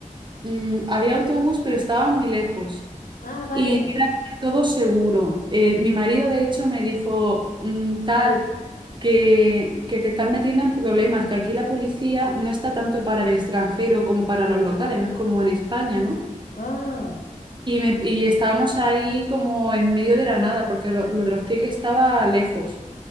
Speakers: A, on the right; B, on the left.
A: Mm, había autobús, pero estaba muy lejos.
B: Ah, vale.
A: Y era todo seguro. Eh, mi marido, de hecho, me dijo, mm, tal, que, que te estás metiendo en problemas, que aquí la policía no está tanto para el extranjero como para los locales, no es como en España, ¿no?
B: Ah,
A: Y, me- y estábamos ahí como en medio de la nada, porque lo, lo de los tigres estaba lejos.